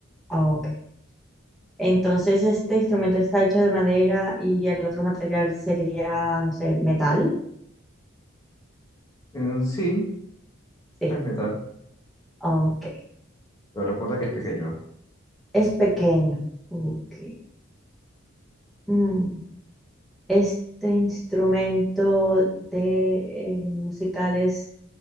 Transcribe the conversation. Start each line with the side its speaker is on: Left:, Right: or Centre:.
Centre: Ok. Entonces, este instrumento está hecho de madera y el otro material sería, no sé, metal.
Left: Mm, sí,
Centre: Sí.
Left: es metal,
Centre: Ok.
Left: pero recuerda que
Centre: Es,
Left: es pequeño, ¿eh?
Centre: es pequeño. Ok. Mm, Este instrumento de eh, musical es